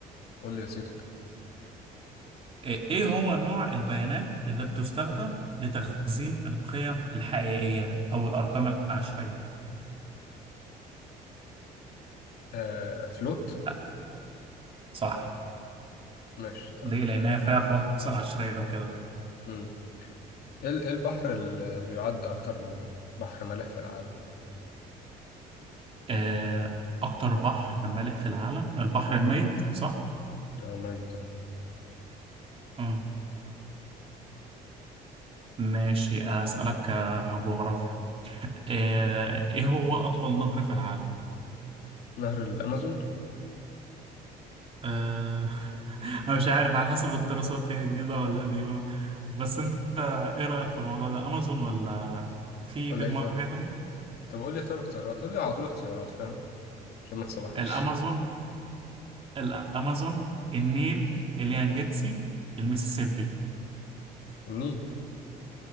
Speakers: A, on the left; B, on the right.
A: قول لي يا سيدي
B: ايه إيه هو نوع البيانات اللي بتستخدم لتخزين القيم الحقيقية او الارقام العشرية
A: آه فلوت
B: آه، صح
A: ماشي تمام
B: ليه لانها فيها فواصل عشرية وكده
A: مم. ايه ال- إيه البحر ال- اللي بيعد أكتر من بحر مالح في العالم؟
B: آه... اكتر بحر مالح في العالم البحر الميت صح
A: اه ميه طبعا
B: آه. ماشي أسألك آه، جغرافيا آه، ايه هو اطول نهر في العالم
A: نهر الأمازون
B: آه، <laughs> انا مش عارف على حسب الدراسات هي جديدة ولا قديمة بس انت ايه رأيك في الموضوع ده امازون ولا في
A: ولا
B: في دماغك
A: إيه تاني؟
B: حاجة تانية
A: طب قول لي طب اختيارات قول لي على طول اختيارات فاهم عشان ما تسوحنيش
B: الامازون الامازون النيل اليانجيتسي المسيسيبي
A: <laughs> النيل